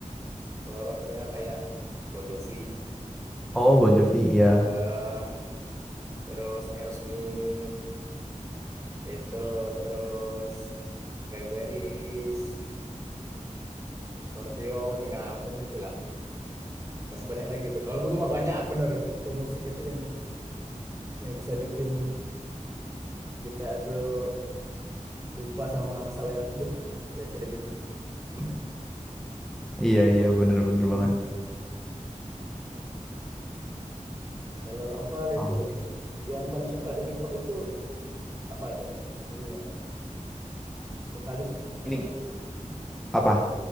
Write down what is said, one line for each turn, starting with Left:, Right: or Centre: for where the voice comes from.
Right: slow rock ya kayak Bon Jovi
Centre: oh Bon Jovi iya
Right: ya terus Aerosmith itu terus Cranberries Scorpion nggak macam-macam gitulah masih banyak lagi itu kalau dulu mah banyak bener tuh itu yang yang bisa bikin kita tuh lupa sama masalah hidup lah kira-kira gitu <laughs>
Centre: iya iya bener-bener
Right: <laughs>
Centre: banget
Right: Kalau Oval
Centre: Hmm.
Right: itu yang paling suka di hip hop itu apa tuh? Dulunya vokalisnya siapa
Centre: ini
Right: tuh?
Centre: apa